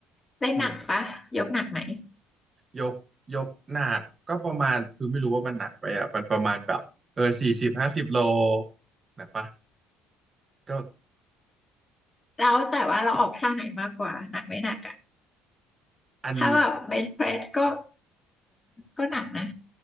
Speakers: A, on the left; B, on the right.
A: เล่นหนักปะยกหนักไหม
B: อืมยกยกหนักก็ประมาณคือไม่รู้ว่ามันหนักไปอ่ะมันประมาณแบบเออสี่สิบห้าสิบโลหนักปะก็
A: แล้วแต่ว่าเราออกท่าไหนมากกว่าหนักไม่หนักอะ
B: อันนี้
A: ถ้าแบบเบนช์เพรสก็ก็หนักนะ